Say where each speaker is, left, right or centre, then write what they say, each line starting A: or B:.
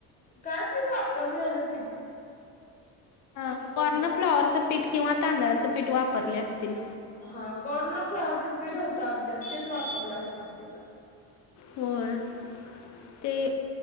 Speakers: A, on the left; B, on the left.
A: कायतर वापरलेली
B: हा कॉर्न फ्लॉवरचं पीठ किंवा तांदळाचे पीठ पीठ वापरले असतील,
A: हा कॉर्ना फ्लाॉवरच पीठ होत आमच्यात तेच वापरलं असणार तिन,
B: होय. ते